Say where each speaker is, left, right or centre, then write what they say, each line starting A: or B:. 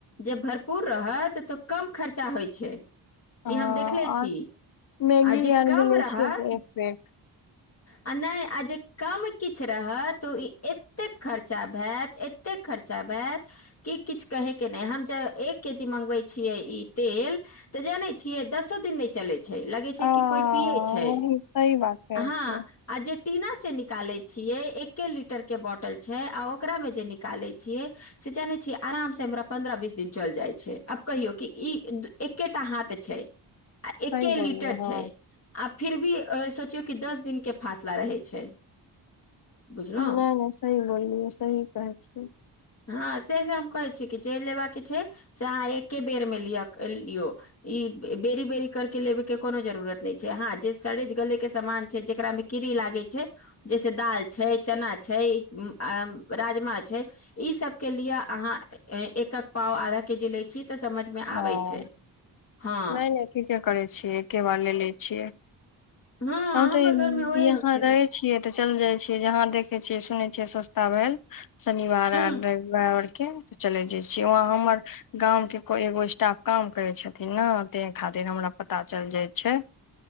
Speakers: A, on the left; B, on the left.
A: जे भरपूर रहत तऽ कम खर्चा होइ छै ई
B: आ
A: हम देखले
B: आ
A: छी
B: मैगी
A: आ जे
B: आर
A: कम
B: भी ले
A: रहत
B: छियै तऽ एक प्लेट
A: आ नहि आ जे कम किछु रहत ओ ई एतेक खर्चा भेत एतेक खर्चा भेत की किछ कहै नइ हम जे एक केजी मांगबाई छियै इ तेल जाने छियै दसो दिन नय चले लगै छै
B: आ
A: कि कोइ पियै छै
B: वही सही बात कहै
A: हँ
B: छियै
A: आ जे टीना से निकालै छियै एके लीटर के बॉटल छै आ ओकरा मे जे निकाले छियै से जाने छियै आराम से हमरा पन्द्रह बीस दिन चल जाइ छै आब कहियौ कि ई एकेटा हाथ छै आ एके
B: सही
A: लीटर
B: बोललियै हँ
A: छै आ फिर भी सोच कि दस दिन के फासला रहै छै बुझलहुँ
B: नइ नय सही बोललियै सही कहै छियै
A: हँ से से हम कहे छी कि जे लेबाके छै से अहाँ एके बेर मे लिय लियो इ बेरी बेरी करके लेबे के कोनो जरूरत नहि छै हँं जे सड़े गले के सामान छै जेकरा मे कीड़ी ला लागे छै जैसे दाल छै चना छै राजमा छै इ सब के लिए आहाँ एक हक पाव आधा के जी लइ छी तऽ समझ मे
B: ह
A: आबै छै हँ
B: नय नय ठीक करै छियै एके बार ले लैय छियै
A: हँ
B: हम
A: हमर
B: तऽ
A: घर मे ओहे
B: यहाँ
A: छै
B: रहै छियै ते चल जाय छीयै जहा देखे छीये सुने छीये सस्ता भेल शनिवार
A: हँ
B: आर रविवार के चले जाइ छीयैे वहाँ हमर गाम के कोइ एगो स्टाफ काम करै छथिन न ताहि खातिर हमरा पता चल जाइत छै